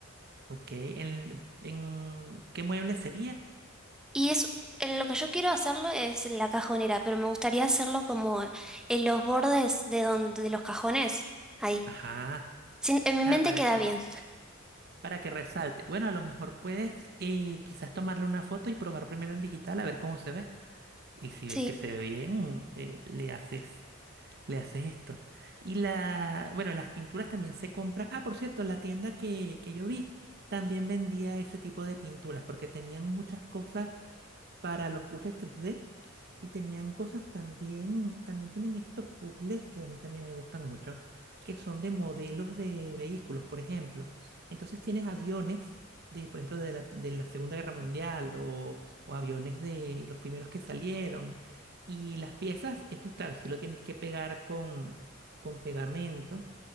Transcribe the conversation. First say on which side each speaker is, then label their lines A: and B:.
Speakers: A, on the right; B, in the centre.
A: Ok, ¿en, en qué mueble sería?
B: Y es eh, lo que yo quiero hacerlo es la cajonera, pero me gustaría hacerlo como en los bordes de donde de los cajones, ahí.
A: Ajá.
B: Sin- en mi
A: Ah,
B: mente
A: ¿para
B: queda
A: qué?
B: bien.
A: para que resalte. Bueno, a lo mejor puedes eh, quizás tomarle una foto y probar primero en digital a ver cómo se ve. Y si
B: Sí,
A: ves que se ve bien, eh, le haces, le haces esto. Y la, bueno, las pinturas también se compran. Ah, por cierto, la tienda que, que yo vi también vendía ese tipo de pinturas porque tenían muchas cosas para los puzzles 3D y tenían cosas también, también tienen estos puzzles que a mí también me gustan mucho, que son de modelos de vehículos, por ejemplo. Entonces tienes aviones de, por ejemplo, de la, de la Segunda Guerra Mundial o, o aviones de los primeros que salieron. Y las piezas, esto claro, sí lo tienes que pegar con, con pegamento,